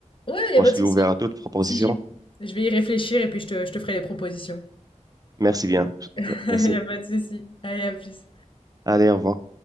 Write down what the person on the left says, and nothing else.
Ouais, il y
a pas
de
souci.
Si j'y je vais y réfléchir et puis je te je te ferai les propositions.
<laughs>
Il
y a pas de souci. Allez, à plus.